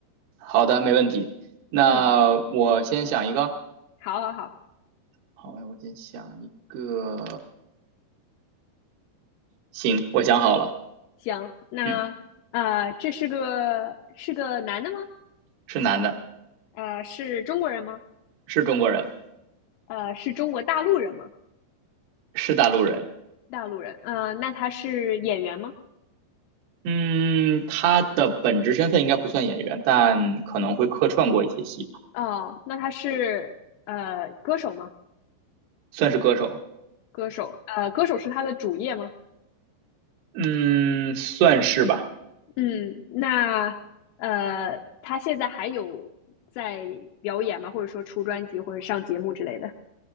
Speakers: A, on the right (about 70°); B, on the left (about 85°).
A: 好的，没问题。那我先想一个。
B: 嗯，好好好，
A: 好，我先想一个。行，我想好了。
B: 行，那呃，
A: 嗯，
B: 这是个是个男的吗？
A: 是男的，
B: 呃，是中国人吗？
A: 是中国人，
B: 呃，是中国大陆人吗？
A: 是大陆人。
B: 大陆人，呃，那他是演员吗？
A: 嗯，他的本职身份应该不算演员，但可能会客串过一些戏吧，
B: 哦，那他是呃歌手吗？
A: 算是歌手。
B: 歌手，呃，歌手是他的主业吗？
A: 嗯，算是吧。
B: 嗯，那呃，他现在还有在表演吗？或者说出专辑或者上节目之类的？